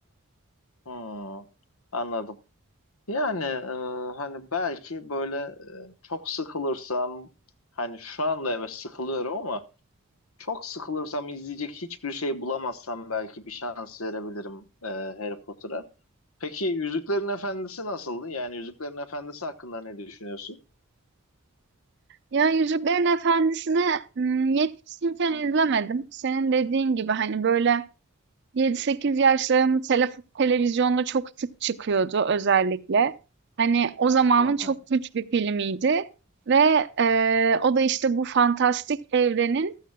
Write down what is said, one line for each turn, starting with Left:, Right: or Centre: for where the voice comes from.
Left: Hmm, anladım. Yani e, hani belki böyle e, çok sıkılırsam hani şu anda evet sıkılıyorum ama çok sıkılırsam izleyecek hiçbir şey bulamazsam belki bir şans verebilirim e, Harry Potter'a. Peki Yüzüklerin Efendisi nasıldı? Yani Yüzüklerin Efendisi hakkında ne düşünüyorsun?
Right: Ya Yüzüklerin Efendisi'ni ım, yetişkinken izlemedim. Senin dediğin gibi hani böyle yedi sekiz yaşlarım telef- televizyonda çok sık çıkıyordu özellikle. Hani o zamanın
Left: Hı hı.
Right: çok güç bir filmiydi ve eee, o da işte bu fantastik evrenin